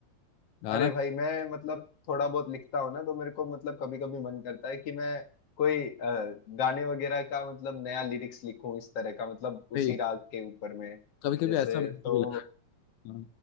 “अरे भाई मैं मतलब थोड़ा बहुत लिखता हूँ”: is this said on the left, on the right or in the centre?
Left